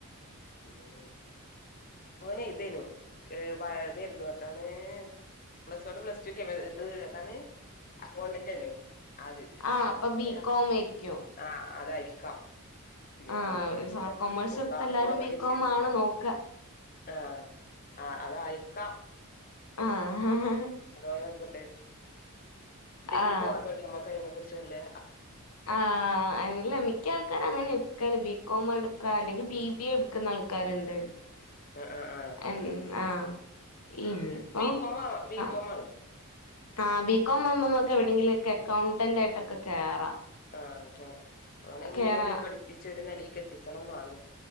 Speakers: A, on the left (about 40°); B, on the left (about 80°).
A: ഇമ്മേ ഓനെ ഇതേനു. ഏഹ് വഴ് ഇതേര്ന്നു എത്താണ് പ്ലസ് വണ്ണും പ്ലസ് ടൂം കെമ് ഇത് എതാണ് അക്കൗണ്ടൻ്റെനു അത് <unintelligible>
B: ആഹ് അപ്പൊ ബികോം ആയിരിക്കും
A: ആഹ് അതായിര്ക്കാം. ഇനി
B: ആഹ്
A: അന്ന് <unintelligible>
B: കൊമേഴ്സ്
A: ഓൻ
B: എടുത്ത
A: ക്ലാസ്സ്
B: എല്ലാരും
A: പോണ പരീഷയാണ്.
B: ബികോം ആണ് നോക്ക
A: ആഹ് ആഹ് അതായിര്ക്കാം.
B: ആഹ്
A: അധവാ <unintelligible> ഡിഗ്രി
B: ആഹ്
A: പോവാത്തോണ്ട് ഞമ്മക്ക് അയിനെക്കുറിച്ച് വല്ല്യ
B: ആഹ് അല്ല മിക്ക ആൾക്കാരും അങ്ങനേ <unintelligible> ബീക്കോമെട് ക്കാ അല്ലെങ്കി ബിബിഎ എടുക്കുന്നാൾക്കാര്ണ്ട്.
A: ആ ആ ആ
B: എൻ ആഹ് ഇവിട് ഇപ്പം
A: ബികോം ബികോം
B: ആഹ്
A: ആണ്
B: ആഹ് ബീകോം ആവുമ്പൊ ഇമ്മക്ക് എവിടേങ്കിലൊക്കെ എക്കൗണ്ടന്റ് ആയിട്ടൊക്കെ കേറാം.
A: ആഹ് കേറാം ഓനെയെങ്ങനെങ്കിലും
B: കേറാ
A: ഒരു പഠിപ്പിച്ച് ഒര് നെലേക്കെത്തിച്ചണന്നാണ്.